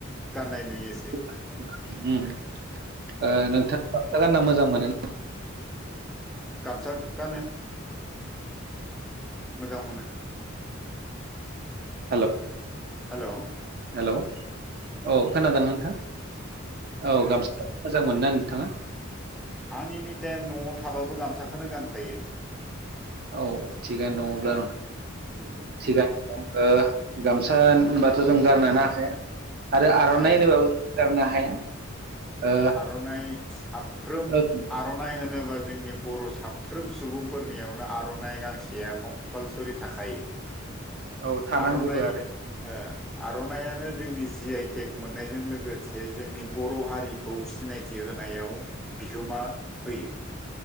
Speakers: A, in the centre; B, on the right.
A: गाननाय नुयो
B: ओम ओ नोंथांआ गामसा गानना मोजां मोनो ना
A: गामसा गानो मोजां मोनो
B: हेलौ
A: हेलौ
B: हेलौ औ खोनादों नोंथां औ गामसा मोजां मोनोना नोंथाङा
A: आं एनि टाइम न'आव थाबाबो गामसाखौनो गानखायो
B: औ थिगानो दङब्ला
A: ओ उम
B: थिगानो ओ गामसा होनबाथ' जों गारनोनो हाखाया आरो आर'नाइ
A: हाया
B: होनोबाबो जों गारनो हाया ओ
A: आर'नाइ साफ्रोम
B: ओं
A: आर'नाइ होनोबा जोंनि बर' साफ्रोम सुबुंफोरनियावनो आर'नाइ गांसेया कम्पालसरि थाखायो
B: औ थानांगोबो
A: आर'नाइ
B: आरो
A: ओ आर'नायानो जोंनि जि आइटेक मोननायजों लोगोसे जोंनि बर' हारिखौ सिनायथि हो होनायाव बिहोमा होयो